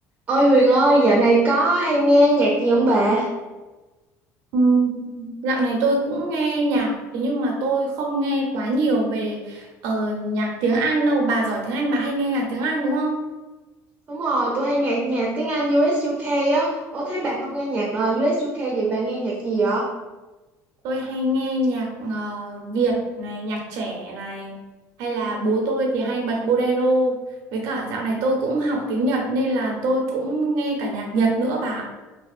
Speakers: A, on the right (about 30°); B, on the right (about 70°).
A: Ôi Huyền ơi, dạo này có hay nghe nhạc gì không bà?
B: Ừm, Dạo này tôi cũng nghe nhạc, thế nhưng mà tôi không nghe quá nhiều về ờ, nhạc tiếng Anh đâu. Bà giỏi tiếng Anh, bà hay nghe nhạc tiếng Anh đúng không?
A: Đúng rồi, tôi hay nghe nhạc tiếng Anh U.S. u UK á. Ủa thế bà không nghe nhạc uh, u UK vậy bà nghe nhạc gì vậy?
B: Tôi hay nghe nhạc ờ, Việt này, nhạc trẻ này, hay là
A: Ừ.
B: bố tôi thì hay bật bolero. Với cả dạo này tôi cũng học tiếng Nhật nên là tôi cũng nghe cả nhạc Nhật nữa bà. ạ.